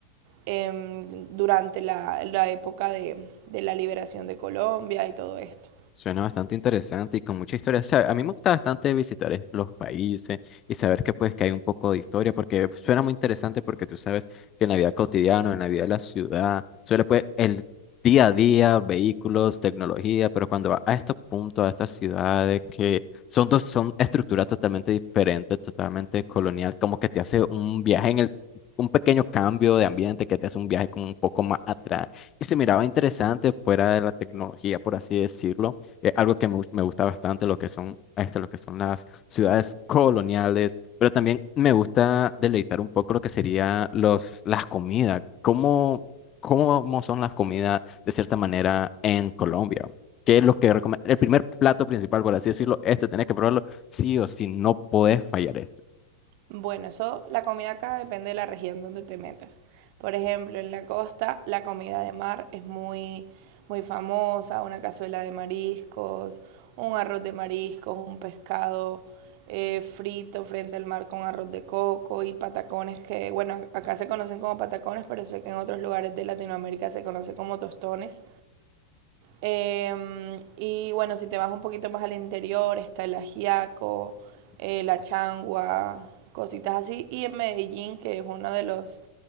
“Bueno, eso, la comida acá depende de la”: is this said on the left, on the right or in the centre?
Right